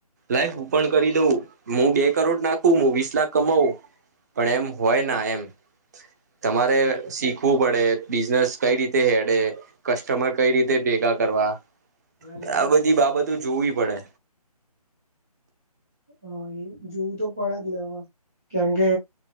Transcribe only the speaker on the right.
લાય હું પણ કરી દઉં હું બે કરોડ નાખું હું વીસ લાખ કમાવું પણ એમ હોય ના એમ તમારે શીખવું પડે બિઝનેસ કઈ રીતે હેડે કસ્ટમર કઈ રીતે ભેગા કરવા
આ બધી બાબતો જોવી પડે